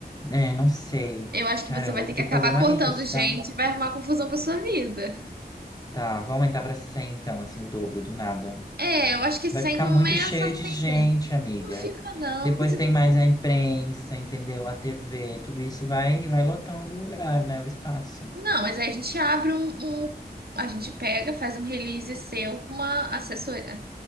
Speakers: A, on the left; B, on the right.
A: É, não sei.
B: Eu acho
A: Caramba,
B: que você vai ter
A: vou ter
B: que acabar
A: que fazer uma
B: cortando
A: lista.
B: gente, vai arrumar confusão pra sua vida.
A: Tá, vou aumentar pra 100 então, assim, o dobro do nada.
B: É, eu acho que sem
A: Vai ficar
B: começa
A: muito cheio
B: a atender.
A: de gente, amiga.
B: Não fica não,
A: Depois
B: porque você
A: tem
B: tem
A: mais a imprensa, entendeu? A TV, tudo isso vai vai lotando o lugar, né? O espaço.
B: Não, mas aí a gente abre um, um- A gente pega, faz um release seu com uma assessoria.